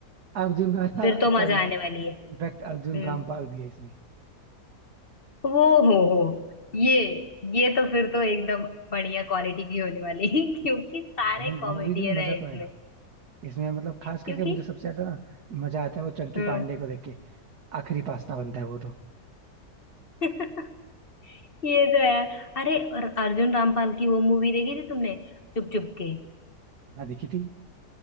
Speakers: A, on the right; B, on the left.
A: अर्जुन <laughs>
B: फिर तो मजा
A: सॉरी
B: आने वाली है
A: इनफैक्ट
B: हम्म
A: अर्जुन रामपाल भी है इसमें
B: वो हो हो ये ये तो फिर तो एकदम बढ़िया क्वालिटी की होने वाली <laughs> है क्योंकि सारे
A: मूवी
B: कॉमेडियन
A: में मजा
B: है
A: तो
B: इसमें
A: आएगा इसमें मतलब खास करके
B: क्योंकि
A: मुझे सबसे ज्यादा ना मजा आता है वो चंकी
B: हम्म
A: पांडे को देख के आखिरी पास्ता बनता है वो तो
B: <laughs> ये तो है यार अरे और अर्जुन रामपाल की वो मूवी देखी थी तुमने चुप चुप के
A: हाँ देखी थी